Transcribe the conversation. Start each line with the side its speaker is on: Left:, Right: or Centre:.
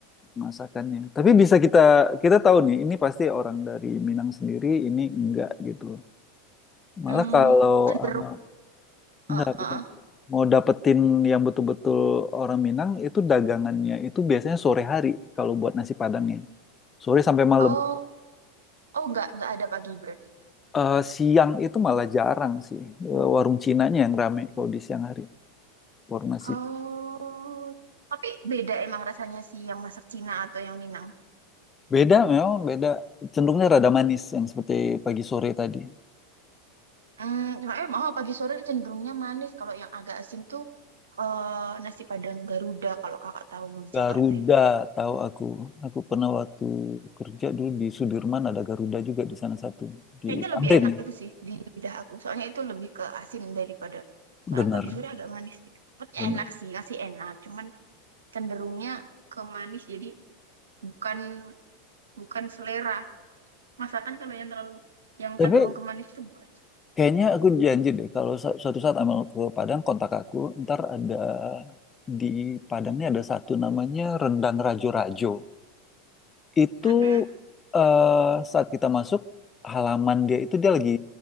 Left: masakannya. Tapi bisa kita kita tahu nih, ini pasti orang dari Minang sendiri, ini enggak gitu loh. Malah
Right: hmm,
Left: kalau
Right: cenderung.
Left: sama
Right: Ah,
Left: Enggak,
Right: ah.
Left: bukan.
Right: ah.
Left: Mau dapetin yang betul-betul orang Minang itu dagangannya itu biasanya sore hari kalau buat nasi Padangnya. Sore sampai malam.
Right: Oh, oh nggak nggak ada pagi berarti.
Left: Eh, siang itu malah jarang sih. Eh, warung Cinanya yang rame kalau di siang hari. Warung nasi.
Right: Oh, tapi beda emang rasanya sih yang masak Cina atau yang Minang.
Left: Beda memang beda. Cenderungnya rada manis yang seperti pagi sore tadi.
Right: Hmm, soalnya emang oh, pagi sore cenderungnya manis. Kalau yang agak asin tuh eh, nasi Padang Garuda kalau kakak tahu yang di
Left: Garuda
Right: Jakarta itu.
Left: tahu aku. Aku pernah waktu kerja dulu di Sudirman ada Garuda juga di sana satu. Di
Right: Kayaknya
Left: Tamrin.
Right: lebih enak
Left: ya?
Right: itu sih di lidah aku. Soalnya itu lebih ke asin daripada. Soalnya
Left: Benar,
Right: pagi sore agak manis gitu. Tapi
Left: benar.
Right: enak sih, nasi enak. Cuman cenderungnya ke manis jadi bukan bukan selera masakan kalau yang terlalu yang
Left: Tapi
Right: cenderung ke manis itu boleh
Left: Kayaknya aku janji deh kalau sa- suatu saat Amel ke Padang kontak aku, ntar ada di Padangnya ada satu namanya Rendang Rajo-Rajo. Itu
Right: Mm-mm.
Left: eh, saat kita masuk halaman dia itu dia lagi